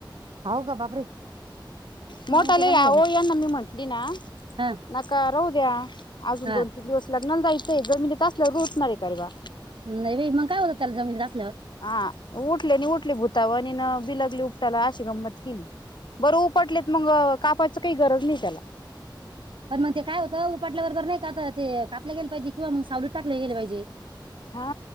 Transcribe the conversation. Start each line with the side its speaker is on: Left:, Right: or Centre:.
Right: <inaudible>
Left: मोठाले
Right: मग तर चांगलं
Left: आवो
Right: झालं
Left: यांना मी म्हंटली ना
Right: हा
Left: नका राहू <inaudible> अजून
Right: हा
Left: दोन तीन दिवस लग्नाला जाय ते जमिनीत असल्यावर रुतणार आहे का रे बा.
Right: नाही बाई मग काय होतं त्याला जमीनत अस
Left: आ उठले नी उठले भूतावानी न बिलगली उपटायला अशी गंमत केली बरं उपटलीत मग कापायच काही गरज नाही त्याला
Right: पण मग ते काय होतं उपाटल्याबरोबर नाही का तर ते कापले गेले पाहिजे मग सावलीत टाकले गेले पाहिजे
Left: हा